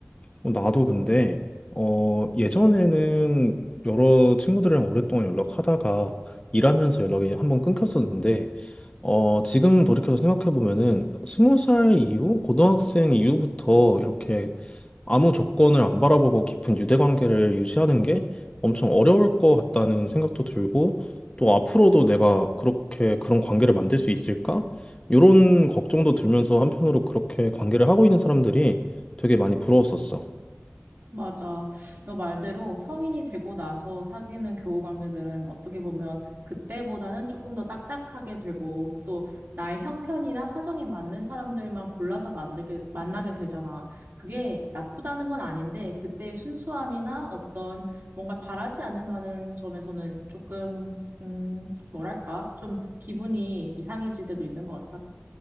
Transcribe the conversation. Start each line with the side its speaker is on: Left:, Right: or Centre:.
Left: 어, 나도 근데 어, 예전에는 여러 친구들이랑 오랫동안 연락하다가 일하면서 연락이 한번 끊겼었는데 어, 지금 돌이켜서 생각해보면은 스무 살 이후, 고등학생 이후부터 이렇게 아무 조건을 안 바라보고 깊은 유대 관계를 유지하는 게 엄청 어려울 것 같다는 생각도 들고 또 앞으로도 내가 그렇게 그런 관계를 만들 수 있을까? 이런 걱정도 들면서 한편으로 그렇게 관계를 하고 있는 사람들이 되게 많이 부러웠었어.
Right: 맞아. 너 말대로 성인이 되고 나서 사귀는 교우 관계들은 어떻게 보면 그때보다는 조금 더 딱딱하게 되고 또 나의 형편이나 사정에 맞는 사람들만 골라서 만들게, 만나게 되잖아. 그게 나쁘다는 건 아닌데 그때의 순수함이나 어떤 뭔가 바라지 않는다는 점에서는 조금, 음, 뭐랄까? 좀 기분이 이상해질 때도 있는 것 같아.